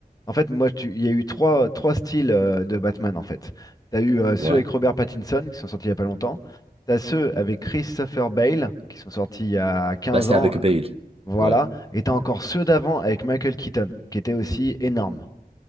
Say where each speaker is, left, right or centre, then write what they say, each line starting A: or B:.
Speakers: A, on the left (about 20°); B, on the right (about 35°).
A: En fait, moi, tu... il y a eu trois, trois styles euh, de Batman, en fait. T'as eu euh, ceux
B: Ouais.
A: avec Robert Pattinson qui sont sortis il y a pas longtemps. T'as ceux avec Christopher Bale qui sont sortis il y a 15
B: Bah, c'est
A: ans.
B: avec Bale.
A: Voilà.
B: Ouais.
A: Et t'as encore ceux d'avant avec Michael Keaton, qui étaient aussi énormes.